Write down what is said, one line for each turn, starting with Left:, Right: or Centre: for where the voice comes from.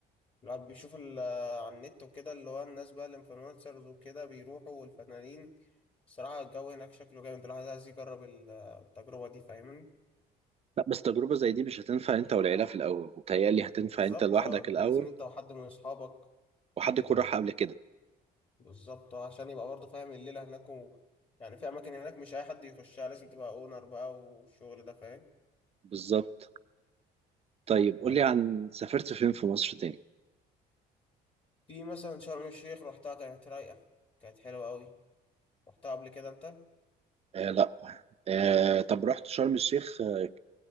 Left: الواحد بيشوف ال- آه، على النت وكده اللي هو الناس بقى الانفلونسرز وكده بيروحوا والفنانين الصراحه الجو هناك شكله جامد الواحد عايز يجرب ال- آه، التجربه دي فاهمني
Right: لا بس تجربة زي دي مش هتنفع انت والعيلة في الاول وتهيألي هتنفع
Left: بالظبط
Right: انت لوحدك
Left: اه انت
Right: الاول
Left: لازم انت وحد من اصحابك
Right: وحد
Left: كده
Right: يكون راح قبل كده
Left: بالظبط اه عشان يبقى برضه فاهم الليله هناك و... يعني في اماكن هناك مش اي حد يخشها لازم تبقى اونر بقى والشغل ده فاهم
Right: بالظبط طيب
Left: يعني
Right: قول لي عن سافرت فين في مصر تاني
Left: في مثلا شرم الشيخ روحتها كانت رايقة كانت حلوة أوي روحتها قبل كده أنت؟
Right: آه لا آه طب رحت شرم الشيخ آه،